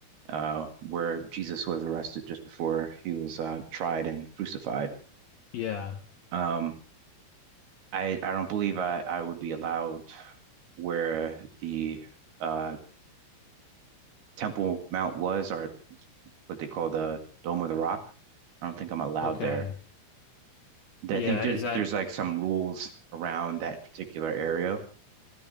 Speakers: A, on the right (about 60°); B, on the left (about 70°).
A: uh, where Jesus was arrested just before he was uh, tried and crucified.
B: Yeah.
A: Um, I I don't believe I I would be allowed where the uh Temple Mount was, or what they call the Dome of the Rock. I don't think I'm allowed
B: Okay.
A: there. I
B: Yeah,
A: think there
B: is that
A: there's like some rules around that particular area.